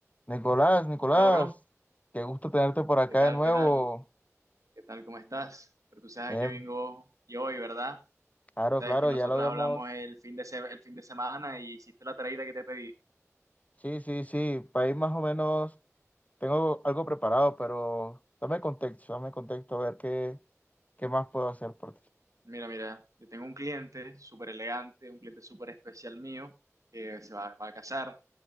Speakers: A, on the left (about 30°); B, on the right (about 85°).
A: Nicolás, Nicolás,
B: Hola, bro.
A: qué gusto tenerte por acá
B: ¿Qué tal?
A: de nuevo.
B: ¿Qué tal? ¿Qué tal? ¿Cómo estás? Pero tú sabes
A: Bien,
B: que vengo yo hoy, ¿verdad?
A: claro,
B: Sabes
A: claro,
B: que nosotros
A: ya lo habíamos.
B: hablamos el fin de, se- el fin de semana y hiciste la tareita que te pedí.
A: Sí, sí, sí, país más o menos. Tengo algo preparado, pero dame contexto, dame contexto, a ver qué, qué más puedo hacer por ti.
B: Mira, mira, yo tengo un cliente súper elegante, un cliente súper especial mío, que se va, va a casar.